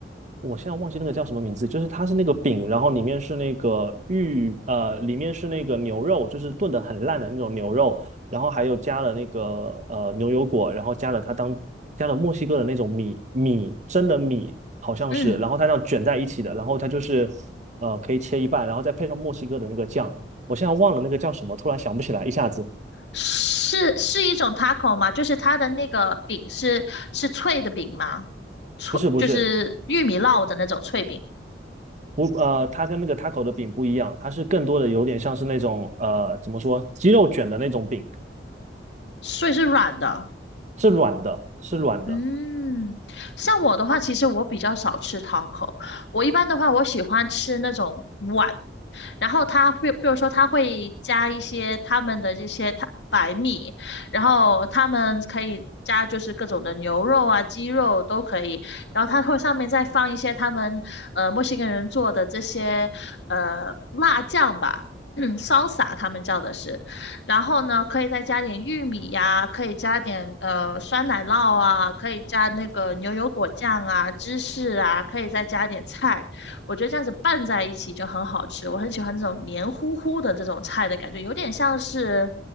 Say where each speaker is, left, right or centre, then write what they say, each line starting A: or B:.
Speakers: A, on the right; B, on the left.
A: 我现在忘记那个叫什么名字，就是它是那个饼，然后里面是那个玉，呃，里面是那个牛肉，就是炖的很烂的那种牛肉，然后还有加了那个呃牛油果，然后加了它当加了墨西哥的那种米米蒸的米，好像是，
B: 嗯，
A: 然后它这样卷在一起的，然后它就是呃可以切一半，然后再配上墨西哥的那个酱，我现在忘了那个叫什么，突然想不起来，一下子。
B: 是是一种 taco 吗？就是它的那个饼是是脆的饼吗？脆就是玉米烙的那种脆饼，
A: 不是不是，不，呃，它跟那个 taco 的饼不一样，它是更多的有点像是那种呃，怎么说，鸡肉卷的那种饼，
B: 所以是软的。
A: 是软的，是软的。
B: 嗯，像我的话，其实我比较少吃 taco，我一般的话，我喜欢吃那种碗，然后他会，比如说他会加一些他们的这些他白米，然后他们可以加就是各种的牛肉啊、鸡肉都可以，然后他会上面再放一些他们呃墨西哥人做的这些呃辣酱吧。<clears throat> 嗯 s a 他们叫的是，然后呢，可以再加点玉米呀，可以加点呃酸奶酪啊，可以加那个牛油果酱啊、芝士啊，可以再加点菜。我觉得这样子拌在一起就很好吃，我很喜欢这种黏糊糊的这种菜的感觉，有点像是，